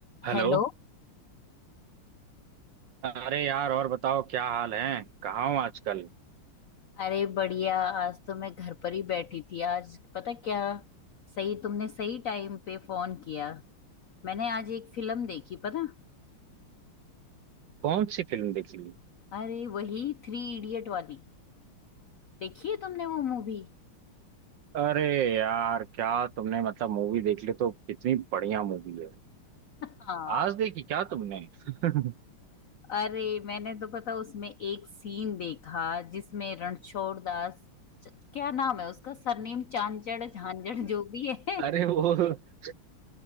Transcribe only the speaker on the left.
Hello
अरे बढ़िया आज तो मैं घर पर ही बैठी थी आज पता क्या सही तुमने सही टाइम पे फोन किया मैंने आज एक फिल्म देखी पता
अरे वही थ्री इडियट वाली देखी है तुमने वो मूवी
हाँ
अरे मैंने तो पता उसमें एक सीन देखा जिसमें रणछोड़ दास च- क्या नाम है उसका सरनेम चांचड़ झांझड़ जो भी है
<laughs>